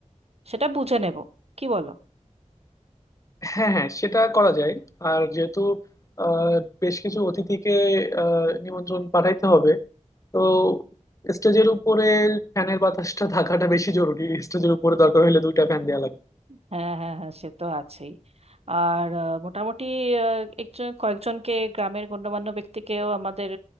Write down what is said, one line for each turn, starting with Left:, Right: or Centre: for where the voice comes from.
Right: সেটা বুঝে নেব কি বলো
Left: হ্যাঁ হ্যাঁ সেটা করা যায় আর যেহেতু আহ, বেশ কিছু অতিথিকে আহ, নিমন্ত্রণ পাঠাইতে হবে তো স্টেজের উপরে ফ্যানের বাতাসটা থাকাটা বেশি জরুরি স্টেজের উপরে দরকার হলে দুইটা ফ্যান দেওয়া লাগবে
Right: হ্যাঁ হ্যাঁ হ্যাঁ সে তো আছেই আর আহ, মোটামুটি আহ, একজন কয়েকজনকে গ্রামের গণ্যমান্য ব্যক্তিকেও আমাদের